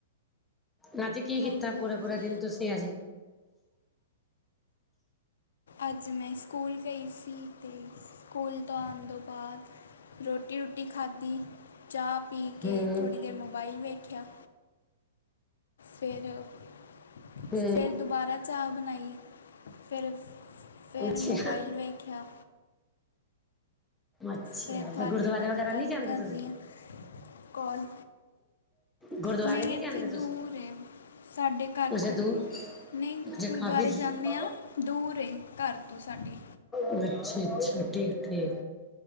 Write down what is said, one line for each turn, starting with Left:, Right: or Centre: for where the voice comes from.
Centre: ਰਾਤੀ ਕੀ ਕੀਤਾ
Left: ਹਾਂਜੀ
Centre: ਪੂਰਾ-ਪੂਰਾ
Left: ਹਾਂਜੀ
Centre: ਦਿਨ ਤੂਸੀ ਆੱਜ?
Left: ਅੱਜ ਮੈਂ ਸੂਕੂਲ ਗਈ ਸੀ ਤੇ, ਸੂਕੂਲ ਤੋਂ ਆਨ ਦੋ ਬਾਦ ਰੋਟੀ-ਰੂਟੀ ਖਾੱਦੀ ਚਾਅ ਪੀ ਕੇ
Centre: ਹੂੰ
Left: ਥੋੜੀ ਦੇਰ ਮੋਬਾਈਲ ਵੇਖੇਆ। ਫੇਰ-ਫੇਰ
Centre: ਹੂੰ
Left: ਦੁਬਾਰਾ ਚਾਅ ਬਨਾਈ। ਫੇਰ-ਫੇਰ
Centre: ਅੱਛਾ
Left: ਮੋਬਾਈਲ ਵੇਖੇਆ।
Centre: ਅੱਛਾ
Left: ਫੇਰ ਤੂਆਡੇ
Centre: ਤੇ ਗੁਰਦੁਆਰੇ
Left: ਨਾਲ
Centre: ਵਗੈਰਾ
Left: ਗੱਲ
Centre: ਨਹੀਂ ਜਾਂਦੇ
Left: ਕਾਰ
Centre: ਤੁਸੀਂ
Left: ਰੀ ਆਂ। ਕੌਲ,
Centre: ਗੁਰਦੁਆਰੇ
Left: ਨਈ
Centre: ਨਹੀਂ
Left: ਐਥੇ
Centre: ਜਾਂਦੇ ਤੁਸੀਂ
Left: ਦੂਰ ਏ, ਸਾਡੇ ਘਾਰ
Centre: ਅੱਛਾ
Left: ਤੋਂ,
Centre: ਦੂਰ
Left: ਨਈ,
Centre: ਅੱਛਾ
Left: ਗੁਰਦੁਆਰੇ
Centre: ਕਾਫੀ ਅੱਛਾ
Left: ਜਾਨੇ ਆਂ, ਦੂਰ ਏ ਘਾਰ ਤੋਂ ਸਾਡੇ।
Centre: ਅੱਛਾ-ਅੱਛਾ, ਠੀਕ-ਠੀਕ,